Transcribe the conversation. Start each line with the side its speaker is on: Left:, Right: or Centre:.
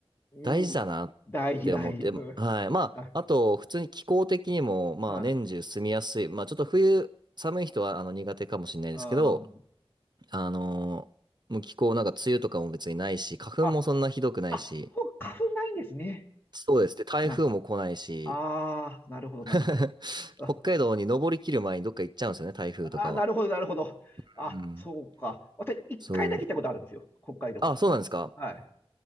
Left: うん。
Right: 大事だなって思って、
Left: 大事、大事。うん。
Right: はい。まあ、
Left: あ、
Right: あと、普通に気候的にも、まあ、
Left: はい。
Right: 年中住みやすい。まあ、ちょっと冬、寒い人はあの苦手かもしれないですけど、
Left: あー
Right: あのーもう気候なんか梅雨とかも別にないし、花粉もそんなひどくないし、
Left: あ、あ、そう、花粉ないんですね。
Right: そうですね。台風も来ないし、
Left: ああー、なるほど、
Right: <laughs>
Left: なるほど。あ
Right: 北海道に登りきる前にどっか行っちゃうんですよね、台風とかは。
Left: あー、なるほど、なるほど。
Right: うん。
Left: あ、そうか。私、一回だけ行ったことあるんですよ、
Right: そう。
Left: 北海道は。
Right: あ、そうなんですか
Left: はい。